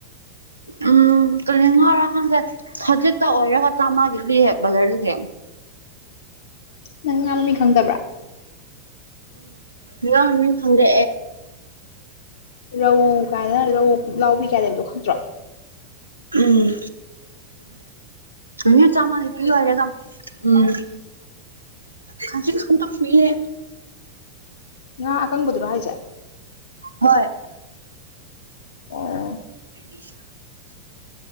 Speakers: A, on the right; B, on the left.
A: ꯎꯝ ꯇ ꯂꯉ ꯋꯥ ꯈꯪꯖꯦ ꯈꯖꯤꯛꯇ ꯑꯣꯏꯔꯦꯒ ꯆ ꯃꯥꯒꯤꯗꯤ ꯕꯖꯔꯗꯨꯗꯤ
B: ꯅꯪ ꯉꯥꯡꯕ ꯃꯤ ꯈꯪꯗꯕ꯭ꯔꯥ
A: ꯎꯝ ꯏꯃꯤ ꯍꯪꯗꯦ
B: ꯔꯧ ꯀꯥꯏꯅ ꯔꯧ ꯂꯥꯎꯕꯤ ꯀꯅꯦꯕꯗꯣ ꯈꯪꯗ꯭ꯔꯣ
A: ꯎꯝ ꯎꯝ ꯑ ꯆꯃꯅꯤ ꯄꯤ ꯋꯥꯔꯦꯒ ꯎꯝ ꯀꯖꯤ ꯈꯥꯟ ꯇ ꯐꯏꯦ
B: ꯉꯍ ꯑꯀꯪꯕꯗꯨꯔꯣ ꯍꯥꯏꯁꯦ
A: ꯍꯣꯏ
B: ꯑꯣ
A: ꯎ